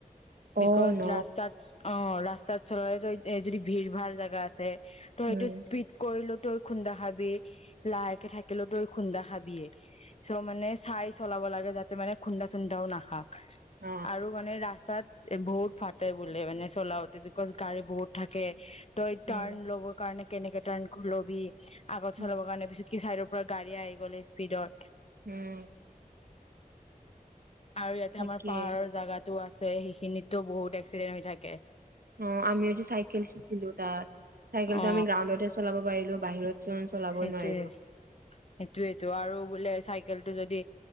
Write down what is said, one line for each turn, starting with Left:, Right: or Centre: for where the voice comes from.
Left: বিকজ
Right: অ ন
Left: ৰাস্তাত অ ৰাস্তাত <unintelligible> এ যদি ভিৰ ভাৰ জাগা আছে তই
Right: উম
Left: সেইটো স্পীড কৰিলো তই খুন্দা খাবি লাহেকে থাকিলেও তই খুন্দা খাবিয়ে চ' মানে চাই চলাব লাগে যাতে মানে খুন্দা চুন্দাও নাখাও
Right: অ
Left: আৰু মানে ৰা <unintelligible> বহুত ফাটে বোলে মানে চলাওতে বিকজ গাড়ী বহুত থাকে ত এটো
Right: উম
Left: আ ল কাৰণে কেনেকে তন লবি আগত
Right: উম
Left: চলাব কাৰণে বেছি কি চাইডৰ পৰা গাড়ী আহি গলে' স্পীডত
Right: উম
Left: আৰু ইয়াতে
Right: তাকে
Left: আমাৰ পাহাৰৰ জাগাতো আছে সেইখিনিতো বহুত এক্সিডেণ্ট হৈ থাকে
Right: অ আমি যে চাইকেল শিকিছিলো তাত চাইকেলটো
Left: অ
Right: আমি গ্ৰাউণ্ডতে চলাব পাৰিলো বাহিৰতচোন চলাব
Left: সেইটোয়ে
Right: নোৱাৰিলো
Left: সেইটোয়েটো আৰু বোলে চাইকেলটো যদি